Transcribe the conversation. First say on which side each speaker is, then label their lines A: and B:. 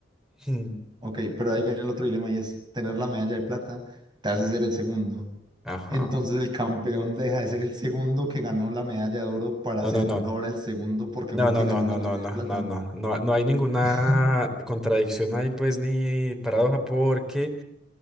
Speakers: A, in the centre; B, on the right (about 25°).
A: <laughs> Hmm.
B: Ok, pero ahí viene el otro dilema y es tener la medalla de plata te hace ser el segundo.
A: Ajá.
B: Entonces el campeón deja de ser el segundo que ganó la medalla de oro para
A: No,
B: ser
A: no, no.
B: ahora el segundo porque
A: No,
B: fue el
A: no,
B: que
A: no,
B: ganó
A: no,
B: la medalla
A: no, no,
B: de plata.
A: no, no. No, no hay ninguna
B: <laughs>
A: contradicción ahí, pues, ni paradoja, porque